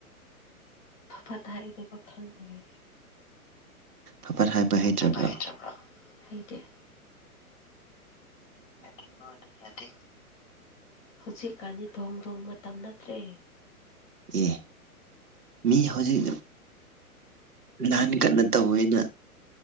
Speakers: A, on the left (about 55°); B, on the right (about 80°).
A: ꯑꯐ ꯐꯠꯇ ꯍꯥꯏꯗꯕ ꯈꯪꯂꯦ
B: ꯐꯠ ꯐꯠ ꯍꯩꯇ꯭ꯔꯕ꯭ꯔꯣ
A: ꯍꯥꯏꯕ ꯍꯩꯇ꯭ꯔꯕ꯭ꯔꯥ ꯍꯩꯇꯦ ꯌꯥꯗꯦꯀꫭ ꯑꯗꯨ ꯌꯥꯗꯦ ꯍꯧꯖꯤꯛꯀꯥꯟꯗꯤ ꯗꫭꯡ ꯗꫭꯡ ꯃꯇꯝ ꯅꯠꯇ꯭ꯔꯦ‌
B: ꯑꯦ ꯃꯤ ꯍꯧꯖꯤꯛ ꯂꯥꯟ ꯀꯟꯅꯥ ꯇꯧꯋꯦꯅ